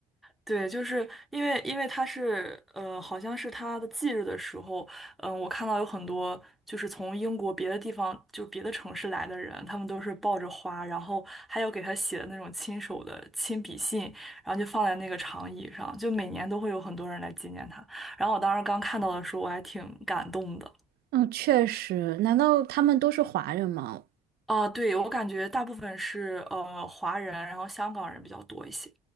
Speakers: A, in the centre; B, on the right.
A: 对，就是因为因为他是呃，好像是他的忌日的时候，嗯、我看到有很多就是从英国别的地方，就别的城市来的人，他们都是抱着花，然后还有给他写的那种亲手的亲笔信，然后就放在那个长椅上，就每年都会有很多人来纪念他。然后我当时刚看到的时候，我还挺感动的。
B: 嗯，确实。难道他们都是华人吗？
A: 啊、对，我感觉大部分是呃华人，然后香港人比较多一些。